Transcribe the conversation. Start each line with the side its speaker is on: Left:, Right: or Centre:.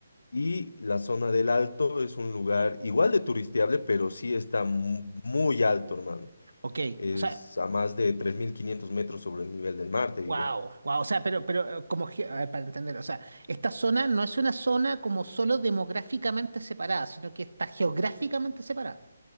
Left: y la zona del alto es un lugar igual de turisteable, pero sí está mu- muy alto, hermano.
Right: Ok.
Left: Es
Right: O sea,
Left: a más de 3.500 metros sobre el nivel del mar, te
Right: wow,
Left: diré.
Right: wow. O sea, pero, pero eh, como, ge- a ver, para entender, o sea, esta zona no es una zona como solo demográficamente separada, sino que está geográficamente separada.